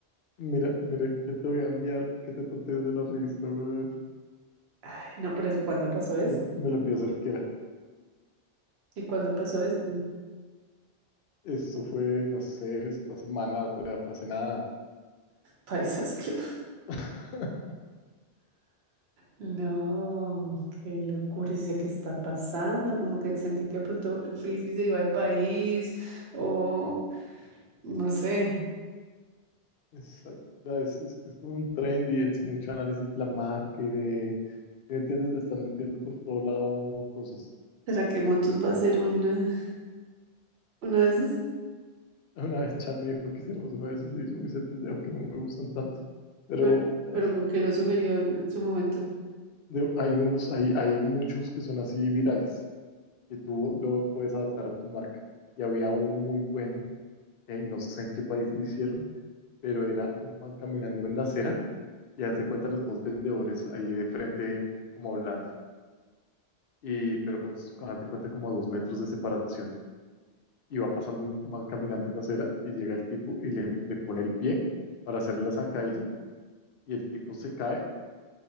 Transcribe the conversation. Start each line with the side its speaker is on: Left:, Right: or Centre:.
Left: Mira, mira que te voy a enviar que te totes de la risa. güey.
Right: Ay, no, pero ¿cuándo pasó esto?
Left: Me me lo envió Cerquera.
Right: ¿Y cuándo pasó esto? <laughs>
Left: Esto fue, no sé, esta semana, o sea, fue hace nada.
Right: Paisas Club.
Left: <laughs>
Right: No, qué locura, ¿es eso qué está pasando? Como que sentí que de pronto Frisbee se iba al país o no sé.
Left: Exacto. Es, es que es como un trend y es mucho análisis de la marca y de, ¿me entiendes? Le están metiendo por todo lado cosas.
Right: ¿Será que Motus va a ser una, una de esas?
Left: Una vez Chan me dijo que hiciéramos uno de esos y yo me hice pendejo que no me gustan tanto. Pero
Right: Pero,
Left: eh,
Right: pero con que lo sugirió en en su momento.
Left: de- hay unos, hay, hay muchos que son así virales, que tú lo puedes adaptar a tu marca. Y había uno muy bueno, que no sé en qué país lo hicieron, pero era un man caminando en la acera y haz de cuenta los dos vendedores ahí de frente como hablando. Y, pero con, su- haz de cuenta como a dos metros de separación. Y va pasando un man caminando en la acera y llega el tipo y le, le pone el pie para hacer la zancadilla y el tipo se cae